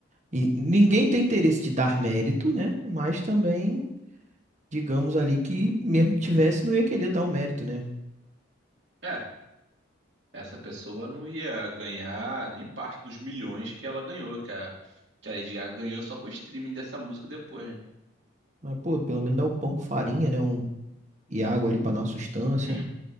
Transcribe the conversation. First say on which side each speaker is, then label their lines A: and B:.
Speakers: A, on the right; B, on the right.
A: e ninguém tem interesse de dar mérito, né? Mas também digamos ali que mesmo que tivesse, não ia querer dar o mérito, né?
B: É, essa pessoa não ia ganhar nem parte dos milhões que ela ganhou, que a, que a Lady Gaga ganhou só com o streaming dessa música depois, né?
A: Mas, pô, pelo menos dá um pão com farinha, né? Um, e água ali pra dar uma sustância,
B: Uhum.
A: um-